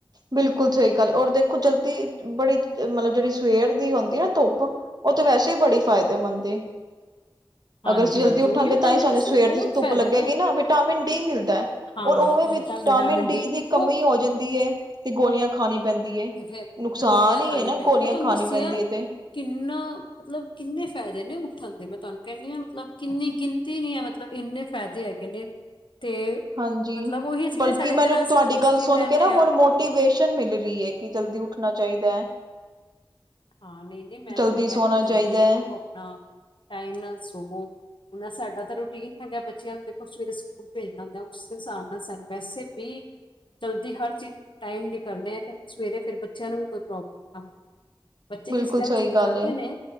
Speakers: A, on the right; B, on the left.
A: ਬਿਲਕੁਲ ਸਹੀ ਗੱਲ ਆ, ਔਰ ਦੇਖੋ ਜਲਦੀ ਬੜੀ ਮਤਲਬ ਜਿਹੜੀ ਸਵੇਰ ਦੀ ਹੁੰਦੀ ਨਾ ਧੁੱਪ ਉਹ ਤਾਂ ਵੈਸੇ ਹੀ ਬੜੀ ਫਾਇਦੇਮੰਦ ਏ।
B: ਹਾਂਜੀ
A: ਅਗਰ ਅਸੀਂ ਜਲਦੀ
B: ਹਾਂਜੀ
A: ਉੱਠਾਂਗੇ
B: ਉਹੀਓ
A: ਤਾਂ ਹੀ
B: ਮੈਂ
A: ਸਾਨੂੰ
B: ਦੱਸਿਆ
A: ਸਵੇਰ
B: ਬਹੁਤ
A: ਦੀ ਧੁੱਪ
B: ਫਾਇਦੇ
A: ਲੱਗੇਗੀ ਨਾ ਵਿਟਾਮਿਨ ਡੀ ਮਿਲਦਾ।
B: ਹਾਂ
A: ਔਰ ਉਵੇਂ
B: ਉਹ
A: ਵਿਟਾਮਿਨ
B: ਤਾਂ
A: ਡੀ ਦੀ
B: ਦੇਖੋ
A: ਕਮੀ ਹੋ ਜਾਂਦੀ ਏ। ਤੇ ਗੋਲੀਆਂ ਖਾਣੀ ਪੈਂਦੀ ਏ।
B: ਤੇ ਫੇਰ
A: ਨੁਕਸਾਨ
B: ਗੋਲੀਆਂ
A: ਹੀ
B: ਖਾਣੀ
A: ਹੈ ਨਾ
B: ਪੈਂਦੀ
A: ਗੋਲੀਆਂ
B: ਮੈਂ ਤੁਹਾਨੂੰ
A: ਖਾਣੀ
B: ਦੱਸਿਆ
A: ਪੈਂਦੀ ਹੈ ਤੇ
B: ਕਿੰਨਾ ਮਤਲਬ ਕਿੰਨੇ ਫਾਇਦੇ ਨੇ ਉੱਠਣ ਦੇ, ਮੈਂ ਤੁਹਾਨੂੰ ਕਹਿਣੀ ਹਾਂ ਮਤਲਬ ਕਿੰਨੀ ਗਿਣਤੀ ਨੀ ਹੈ ਮਤਲਬ ਇੰਨੇ ਫਾਇਦੇ ਹੈਗੇ ਨੇ ਤੇ
A: ਹਾਂਜੀ
B: ਮਤਲਬ ਉਹੀ ਅਸੀਂ
A: ਬਲਕਿ
B: ਕਹਿੰਦੇ ਸਾਡੇ ਇਹਦੇ
A: ਮੈਨੂੰ
B: ਨਾਲ ਅਸੀਂ
A: ਤੁਹਾਡੀ
B: ਪੋਜ਼ਟਿਵ
A: ਗੱਲ ਸੁਣ
B: ਰਹਿੰਦੇ
A: ਕੇ, ਨਾ ਹੁਣ
B: ਹਾਂ
A: ਮੋ ਮੋਟੀਵੇਸ਼ਨ ਮਿਲ ਰਹੀ ਏ ਕਿ ਜਲਦੀ ਉੱਠਣਾ ਚਾਈਦਾ ਐ,
B: ਹਾਂ, ਨਹੀਂ -ਨਹੀਂ ਮੈਂ
A: ਜਲਦੀ
B: ਤੁਹਾਨੂੰ ਕਹਿਣੀ
A: ਸੋਣਾ
B: ਜਲਦੀ
A: ਚਾਹੀਦਾ
B: ਉੱਠੋ
A: ਹੈ
B: ਆਪਣਾ ਟਾਈਮ ਨਾਲ ਸੋਵੋ, ਨਾ ਸਾਡਾ ਤਾਂ ਰੂਟੀਨ ਹੈਗਾ ਬੱਚਿਆਂ ਨੂੰ ਦੇਖੋ ਸਵੇਰੇ ਸਕੂਲ ਭੇਜਣਾ ਹੁੰਦਾ, ਉਸ ਦੇ ਹਿਸਾਬ ਨਾਲ ਸਾਨੂੰ ਵੈਸੇ ਵੀ, ਜਲਦੀ ਹਰ ਚੀਜ਼ ਟਾਈਮ ਦੀ ਕਰਦੇ ਆ ਫਿਰ, ਸਵੇਰੇ ਫਿਰ ਬੱਚਿਆਂ ਨੂੰ ਵੀ ਕੋਈ ਪ੍ਰੋਬਲਮ ਨਾ ਹੋਵੇ। ਬੱਚੇ
A: ਬਿਲਕੁਲ
B: ਕਿਸ ਟਾਈਮ
A: ਸਹੀ
B: ਜਿੱਦ
A: ਗੱਲ
B: ਕਰਦੇ
A: ਏ
B: ਨੇ,